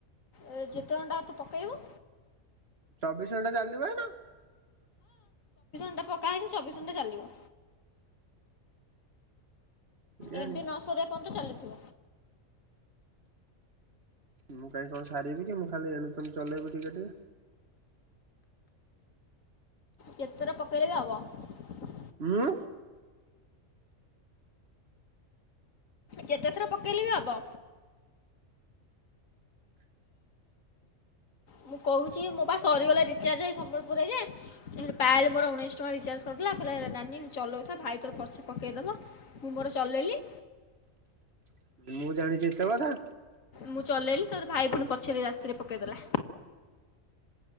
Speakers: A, on the left; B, on the right.
A: ଏ ଯେତେ ଘଣ୍ଟ ତ ପକେଇବୁ
B: ଚବିଶ ଘଣ୍ଟା ଚାଲିବାଇ ନା।
A: ଟା ପକା ହେଇଛି ସବି ସୁେ ଚାଲିବ।
B: କେଜାଣି
A: ଏମ୍ବି ନ ସରି ବା ପର୍ଯ୍ୟନ୍ତ ଚାଲିଥିବ
B: ମୁଁ କାଇହିଁ କଣ ସାରିବି କି ମୁଁ ଖାଲି ଏଣୁ ତଣୁ ଚଲେଇବି ଟିକେ ଟିକେ
A: କେତେ ଥର ପକେଇଲେ ବି ହେବ।
B: ମୁଁ
A: ଯେତେଥର ପକେଇଲେ ବି ହବ। ମୁଁ କହୁଛି ମୋ ବା ସରିଗଲା ରିଚାର୍ଜ ଏ ସମ୍ବଲପୁରରେ ଯେ ପାଇଲେ ମୋର ଉଣେଇଶି ଟଙ୍କା ରିଚାର୍ଜ କରଦେଲା ଲା ହେଲା ନାନୀ ଚଲଉଥା ଭାଇ ତୋର ପଛେ ପକେଇଦବ ମୁଁ ମର ଚଲେଇଲି।
B: ହ ମୁଁ ଜାଣିଛି ଏତେ କଥା
A: ମୁଁ ଚଲେଇଲି ତୋର ଭାଇ ପୁଣି ପଛାରିଲି ରାତିରେ ପକାଇଦେଲା